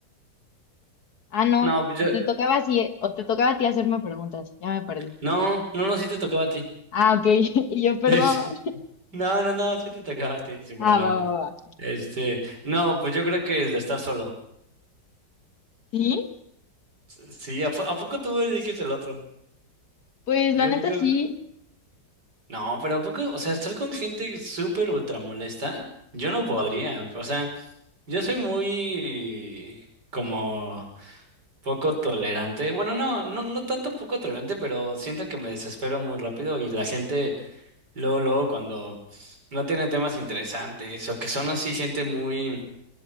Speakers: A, on the left; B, on the right.
A: Ah, no,
B: No, pues
A: o
B: yo,
A: te tocaba así, o te tocaba a ti hacerme preguntas, ya me perdí.
B: no, no, no, sí te tocaba a ti.
A: Ah, ok, <laughs> y yo, perdón.
B: <laughs> No, no, no, sí te tocaba a ti, sin problema.
A: Ah, va, va, va.
B: Este, no, pues yo creo que el de estar solo.
A: Sí,
B: Sí, ¿a, po- a poco tú eliges el otro?
A: pues
B: Yo,
A: la neta
B: yo.
A: sí,
B: No, pero ¿a poco? O sea, estar con gente súper ultra molesta, yo no podría. O sea, yo soy muy como poco tolerante. Bueno, no, no, no tanto poco tolerante, pero siento que me desespero muy rápido y la gente, luego, luego, cuando no tiene temas interesantes o que son así gente muy